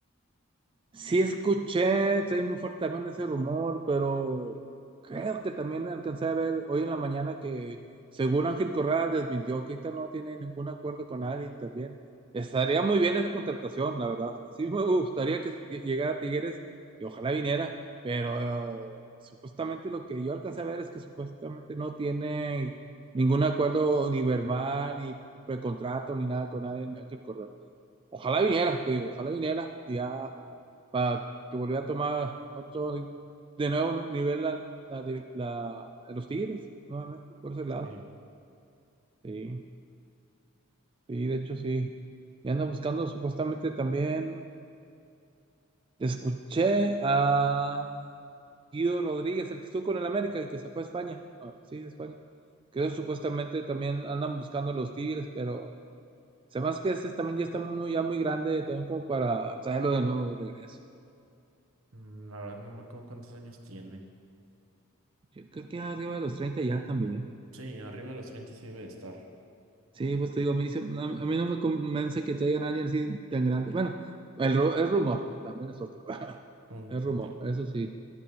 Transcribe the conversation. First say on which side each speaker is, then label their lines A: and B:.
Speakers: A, on the right; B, on the right.
A: Sí escuché, soy muy fuerte también ese rumor, pero creo que también alcancé a ver hoy en la mañana que según Ángel Correa desmintió que ahorita no tiene ningún acuerdo con nadie también. Estaría muy bien esa contratación, la verdad. Sí me gustaría que llegara Tigres y ojalá viniera, pero eh, supuestamente lo que yo alcancé a ver es que supuestamente no tiene ningún acuerdo ni verbal, ni precontrato, ni nada con nadie Ángel Correa. Ojalá vinieras, te digo, ojalá vinieras y ya para que volviera a tomar otro, de nuevo un nivel la, la, dir- la- los Tigres, nuevamente, por ese lado.
B: Sí.
A: Sí, sí, de hecho sí. Y anda buscando supuestamente también, escuché a Guido Rodríguez, el que estuvo con el América y que se fue a España. Ah, sí, a España. Creo supuestamente también andan buscando a los Tigres, pero se me hace que ese también ya está muy, ya muy grande, también como para traerlo de nuevo de regreso.
B: Mm, La verdad no me acuerdo cuántos años tiene.
A: Yo creo que arriba de los 30 ya también.
B: Sí, arriba de los 30 sí debe de estar.
A: Sí, pues te digo, me dice, no, a mí no me convence que traigan a alguien así tan grande. Bueno, el, ru- el rumor también es otro. <laughs> ¿verdad?
B: Mm,
A: El
B: ok.
A: rumor,
B: <laughs>
A: eso sí,